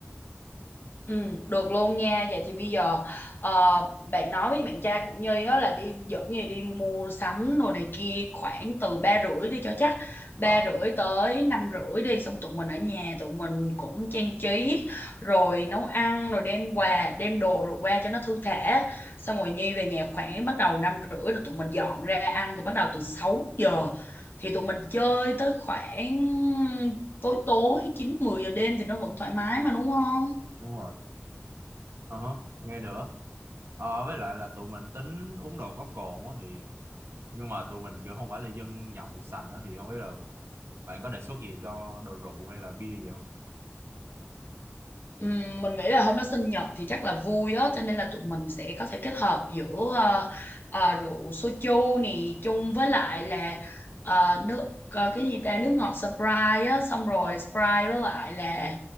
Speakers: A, on the left; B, on the right.
A: Ừ, được luôn nha. Vậy thì bây giờ ờ, bạn nói với bạn trai của Nhi á là đi dẫn Nhi đi mua sắm đồ này kia khoảng từ ba rưỡi đi cho chắc ba
B: còn
A: rưỡi tới năm rưỡi đi xong tụi mình ở nhà tụi mình cũng trang trí rồi nấu ăn rồi đem quà đem đồ rồi qua cho nó thư thả xong rồi Nhi về nhà khoảng bắt đầu năm rưỡi rồi tụi mình dọn ra ăn thì bắt đầu từ sáu giờ thì tụi mình chơi tới khoảng tối tối chín mười giờ đêm thì nó vẫn thoải mái mà đúng không?
B: đúng rồi Ờ hả, nghe nữa Ờ, với lại là tụi mình tính uống đồ có cồn á thì nhưng mà tụi mình kiểu không phải là dân nhậu sành á thì không biết là bạn có đề xuất gì cho đồ rượu hay là bia gì không
A: Ừm, mình nghĩ là hôm đó sinh nhật thì chắc là vui á cho nên là tụi mình sẽ có thể kết hợp giữa ờ, ờ, rượu soju nè chung với lại là ờ, nước ờ, cái gì ta nước ngọt Sprite á xong rồi
B: ờ
A: Sprite với lại là